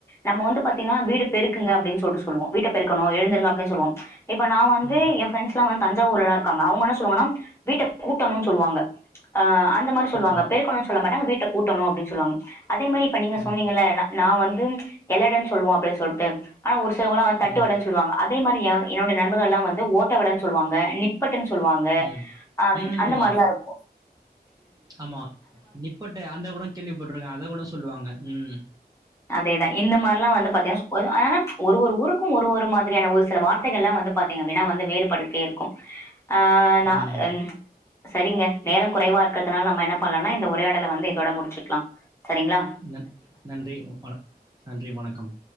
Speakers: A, on the left; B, on the right.
A: நம்ம வந்து பாத்தீங்னா வீடு பெருக்குங்க அப்டின் சொல்ட்டு சொல்வோ வீட்ட பெருக்கணு எழுந்துருங்க அப்டின் சொல்லுவோ இப்ப நாம வந்து
B: ம்,
A: எஃப் ஃபிரெண்ஸ்லா வந் தஞ்சாவூர்லளா இருக்காங்க அவ்ங்க என்ன சொல்வாங்கனா வீட்ட கூட்டணுன் சொல்வாங்க அ அந் த மாரி சொல்வாங்க
B: ம்,
A: பெருக்கனுன் சொல்ல மாட்டாங்க வீட்ட கூட்டணு அப்டின் சொல்வாங்க அதே மாரி இப்ப நீங்க
B: ம்,
A: சொன்னீங்கல நா வந்து எல்லடன் சொல்வோ அப்டின் சொல்ட்டு ஆனா ஒருசிலவ்ங்ளா வந் தட்டுவடன்
B: ம்,
A: சொல்வாங்க அதே மாரி எ என்னோட நண்பர்களா வந்து ஓட்டவடன் சொல்வாங்க நிப் பட்டுன் சொல்வாங்க
B: ம்,
A: அம் அந்த
B: ம்.
A: மாரிதா இருக்கு
B: ஆமா நிப்பட அந்த கூடோ கேள்விப்பட்ருக்க அத கூட சொல்லுவாங்க ம்
A: அதேதா இந்த மார்லா வந்து பாத்தீனா ஒரு ஆ ஒரு ஒரு ஊருக்கு ஒரு ஒரு மாதிரியான ஒரு சில வார்த்தைகலா வந்து பாத்தீங்க அப்டினா வந்து வேறுபட்டுக்டே இருக்கு ஆ நா
B: ம்.
A: என் சரிங்க நேரோ குறைவா இருக்கற்துனால நம்ம என்ன பண்லானா இந்த உரையாடல வந்து இதோட முடிச்சுக்லா செரிங்ளா
B: நன் நன்றி வண நன்றி வணக்கம்